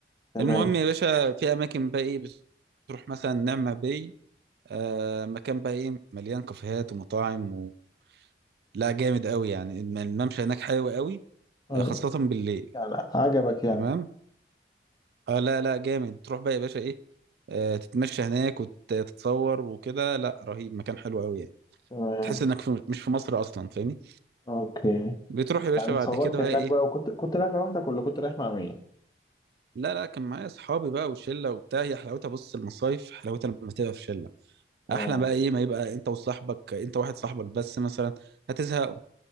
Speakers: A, on the left; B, on the right.
A: تمام
B: المهم يا باشا في اماكن بقى ايه بتروح مثلا نعمة باي آه مكان بقى ايه مليان كافيهات ومطاعم و... لا جامد قوي يعني الم- الممشى هناك حلو قوي
A: أي.
B: آه، خاصة بالليل
A: يعني عجبك يعني
B: تمام اه لا لا جامد تروح بقى يا باشا ايه آه تتمشى هناك وتتصور وكده لا رهيب مكان حلو قوي يعني
A: تمام
B: تحس انك في مش في مصر اصلا فاهمني
A: اوكي
B: بتروح يا باشا
A: يعني اتصورت
B: بعد كده بقى
A: هناك
B: ايه
A: بقى وكنت كنت رايح لوحدك ولا كنت رايح مع مين
B: لا لا كان معايا اصحابي بقى وشله وبتاع هي حلاوتها بص المصايف حلاوتها لما تبقى في شله
A: اه
B: احلى بقى ايه ما يبقى انت وصاحبك انت واحد صاحبك بس مثلا هتزهق